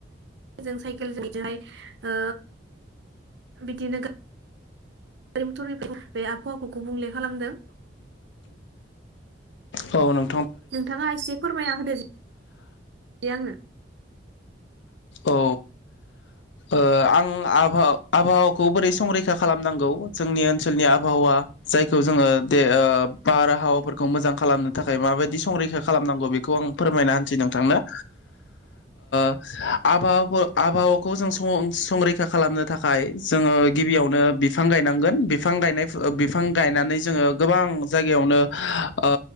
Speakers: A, on the right; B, on the left.
A: जों साइकेलजोंहाय ओ बिदिनो गारि मथर बे आबहावाखौ गुबुंले खालामदों।
B: औ नं
A: नोंथाङा एसे फोरमायना होदोे दे आंनो।
B: औ ओ आं आबहा-आबहावाखौ बोरै संरैखा खालामनांगौ जोंनि ओनसोलनि आबहावा जायखौ जोङो दे बारहावाफोरखौ मोजां खालामनो थाखाय माबायदि संरैखा खालामनांगौ बेखौ आं फोरमायना होनसै नोंथांनो। हो ओ आबहावाफो- आबहाव खौ जोंं सं-संरैखा खालामनो थाखाय जोङो गिबियावनो बिफां गायनांगोन बिफां गायनाय ओ बिफां गायनानै जोङो गोबां जायगायावनो ओ